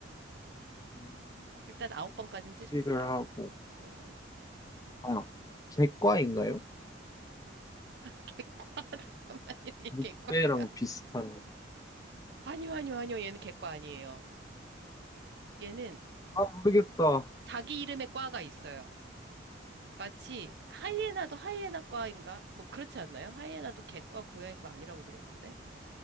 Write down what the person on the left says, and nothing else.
음,
식을 하고
아 객과인가요?
늑대랑
비슷한
아 모르겠다.